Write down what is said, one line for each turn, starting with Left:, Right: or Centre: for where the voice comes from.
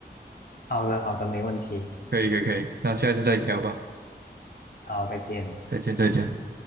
Left: 好的，好的，没问题。
Right: 可以可以可以，那下一次再聊吧，
Left: 好，再见。
Right: 再见再见。